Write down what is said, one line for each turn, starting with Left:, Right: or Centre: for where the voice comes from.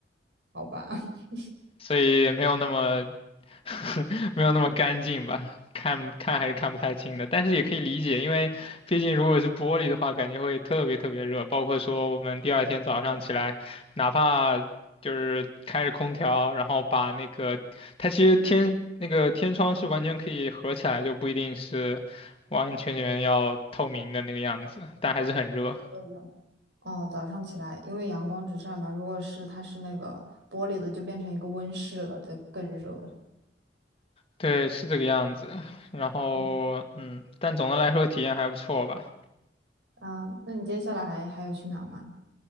Right: 好吧，<laughs>
Left: 所以也没有那么 <laughs> 没有那么干净吧，看看还是看不太清的，但是也可以理解，因为毕竟如果是玻璃的话，感觉会特别特别热，包括说我们第二天早上起来，哪怕就是开着空调，然后把那个它其实天那个天窗是完全可以合起来，就不一定是完完全全要透明的那个样子，但还是很热，
Right: 对的。哦，早上起来，因为阳光直晒嘛，如果是它是那个玻璃的，就变成一个温室了，就更热了。
Left: 对，是这个样子。然后，
Right: 嗯，
Left: 嗯，但总的来说体验还不错吧。
Right: 啊，那你接下来还还有去哪吗？